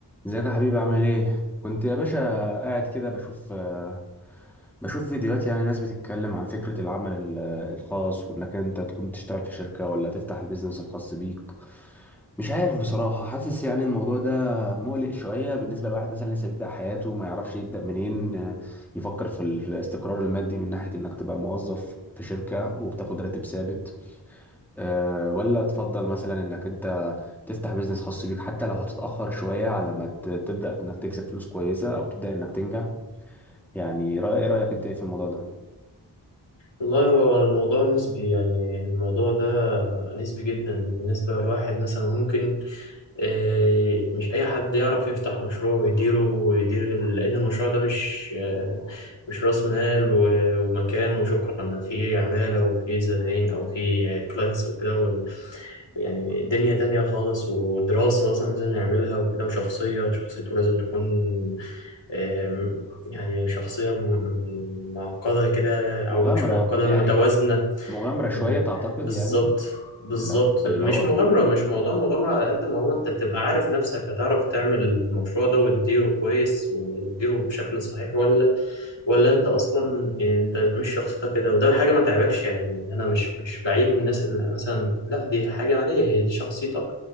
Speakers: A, in the centre; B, on the left.
A: ازيك يا حبيبي عامل ايه؟ كنت يا باشا قاعد كده بشوف آه، بشوف فيديوهات يعني ناس بتتكلم عن فكرة العمل ال- الخاص وانك انت تكون تشتغل في شركة ولا تفتح البيزنس الخاص بيك مش عارف بصراحة حاسس يعني الموضوع ده مقلق شوية بالنسبة لواحد مثلا لسه بيبدأ حياته ما يعرفش يبدأ منين آه، يفكر في الاستقرار المادي من ناحية انك تبقى موظف في شركة وبتاخد راتب ثابت آه، ولا تفضل مثلا انك انت تفتح بيزنس خاص بيك حتى لو هتتأخر شوية على ما ت- تبدأ انك تكسب فلوس كويسة او تبدأ انك تنجح يعني رأي- ايه رأيك انت ايه في الموضوع ده
B: والله هو الموضوع نسبي يعني الموضوع ده نسبي جدا بالنسبة لواحد مثلا ممكن آه، مش أي حد يعرف يفتح مشروع ويديره ويدير ال- لأن المشروع ده مش آه، مش رأس مال و- ومكان وشكرا فيه عمالة وفيه زباين أو فيه كلاينتس وكده وال- يعني دنيا تانية خالص ودراسة أصلا لازم يعملها وكده وشخصية شخصيته لازم تكون آم، يعني شخصية م- معقدة كده أو
A: مغامرة
B: مش معقدة
A: يعني
B: متوازنة
A: مغامرة شوية
B: آم،
A: تعتقد
B: بالظبط
A: يعني
B: بالظبط
A: اللي هو اللي
B: مش
A: هو
B: مغامرة مش موضوع مغامرة على قد ما هو أنت تبقى عارف نفسك هتعرف تعمل المشروع ده وتديره كويس وتديره بشكل صحيح ولا ولا أنت أصلا يعني أنت مش شخصيتك كده وده حاجة ما تعبكش يعني أنا مش مش بعيب الناس اللي مثلا لا دي حاجة عادية هي دي شخصيتك